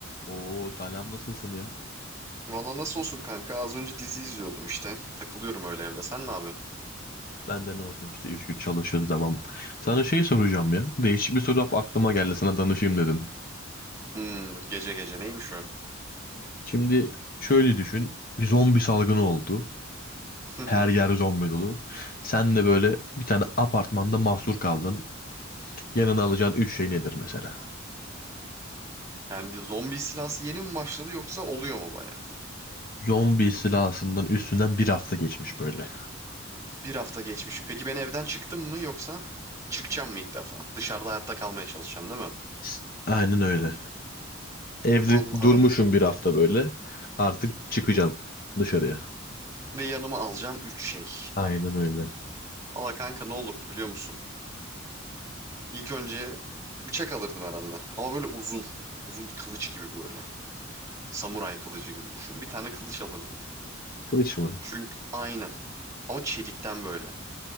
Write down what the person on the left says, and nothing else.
Oo Talam nasılsın ya?
Ben de ne olsun işte üç gün çalışıyoruz devam. Sana şey soracağım ya. Değişik bir soru aklıma geldi sana danışayım dedim.
Şimdi şöyle düşün. Bir zombi salgını oldu.
Her yer zombi dolu. Sen de böyle bir tane apartmanda mahsur kaldın. Yanına alacağın üç şey nedir mesela?
Zombi silahsından üstünden bir hafta geçmiş böyle.
S- Aynen öyle. Evde
durmuşum bir hafta böyle. Artık çıkacaksın dışarıya.
Aynen öyle.
Kılıç mı?